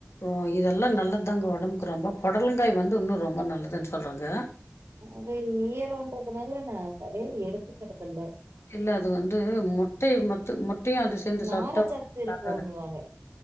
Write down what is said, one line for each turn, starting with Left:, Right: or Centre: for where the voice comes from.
Left: ஓ இதெல்லாம் நல்லது தாங்க ஒடம்புக்கு ரொம்ப பொடலங்காய் வந்து இன்னும் ரொம்ப நல்லதுன்னு சொல்றாங்க
Right: அது ஈரம்றதுனால நான் சரியா எடுத்துக்கறதுல்ல
Left: இல்ல அது வந்து முட்டைய மத்து முட்டையும் அது சேர்ந்து
Right: நாரச்சத்து
Left: சாப்ட்டா ஒன்னு
Right: இருக்குன்னுவாங்க
Left: ஆகாது